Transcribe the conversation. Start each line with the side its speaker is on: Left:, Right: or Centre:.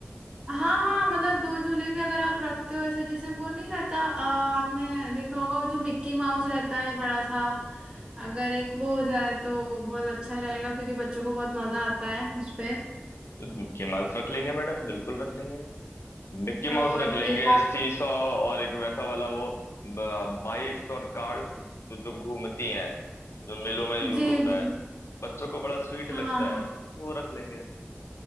Right: हाँ हाँ मतलब दो झूले भी अगर आप रखते हो ऐसे जैसे वो नहीं रहता अ, आपने देखा होगा वो जो मिक्की माउस रहता है बड़ा सा अगर एक वो हो जाए तो बहुत अच्छा रहेगा क्योंकि बच्चों को बहुत मजा आता है उसपे
Left: तो मिकी माउस रख लेंगे मैडम बिल्कुल रख लेंगे मिक्की
Right: और
Left: माउस रख
Right: एक
Left: लेंगे
Right: आप
Left: सीसॉ और एक वैसा वाला वो बाइक्स और कार्स जो घूमती हैं जो मेलों में यूज
Right: जी
Left: होता
Right: जी
Left: है बच्चों को बड़ा स्वीट
Right: हाँ
Left: लगता है
Right: हाँ
Left: वो रख लेंगे